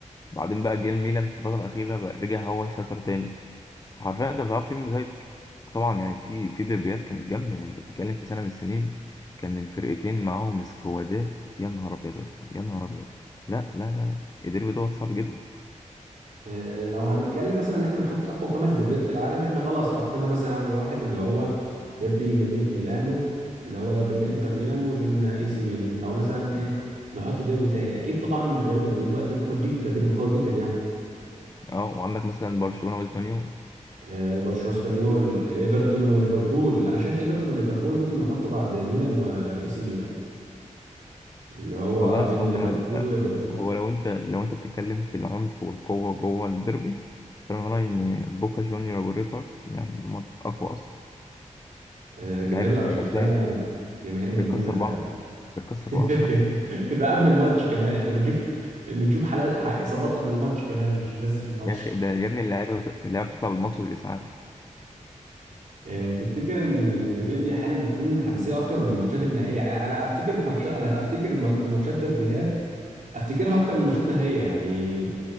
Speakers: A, on the left; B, on the right.
A: بعدين بقى جه الميلان في الفتره الاخيره بقى رجع هو يسيطر تاني فحرفيا انت ما بتعرفش مين مسيطر وطبعا يعني في في دربيات كانت جامده يعني انت بتتكلم في سنه من السنين كان الفرقتين معاهم سكوادات يا نهار ابيض يا اسطى يا نهار ابيض لا لا لا لا الديربي دوت صعب جدا
B: آه، لو هنتكلم مثلا ان احنا نحط اقوى خمس ديربيات في العالم احنا خلاص حطينا مثلا اول واحد اللي هو ديربي مدينة ميلانو اللي هو ده بين انتر ميلان وبين اي سي ميلان لو مثلا ايه نحط ديربي تاني اكيد طبعا ريال مدريد واتلتيكو مدريد ده ديربي قوي جدا يعني
A: اه وعندك مثلا برشلونه واسبانيول
B: آه، برشلونه واسبانيول آه، ايفرتون وليفربول انا شايف ايفرتون وليفربول ممكن نحطه بعد ميلان واي سي ميلان اللي هو
A: والله يا
B: بين
A: اسطى هو
B: ليفربول
A: أنا-
B: وايفرتون
A: هو لو انت لو انت بتتكلم في العنف والقوه جوه الديربي فانا رايي ان بوكا جونيور وريفرز يعني هما اقوى اصلا
B: آه، الجماهير
A: اللعيبه
B: الارجنتينيه
A: بتبقى نازله
B: جماهير مجنونه
A: بتكسر
B: فعلا
A: بعض بتكسر
B: <laughs>
A: بعض حرفيا
B: ده قبل الماتش كمان احنا بنشوف بنشوف حالات ح- اصابات قبل الماتش كمان مش بس في الماتش
A: يا اخي ده يا ابني اللعيبه اللعيبه بتطلع بالماتش بالاسعاف
B: آه، تفتكر ان الدربيات دي احيانا بتكون حماسيه اكتر من الماتشات النهائيه يعني انا افتكر في ماتشات انا افتكر ماتشات دربيات افتكرها اكتر من ماتشات نهائيه يعني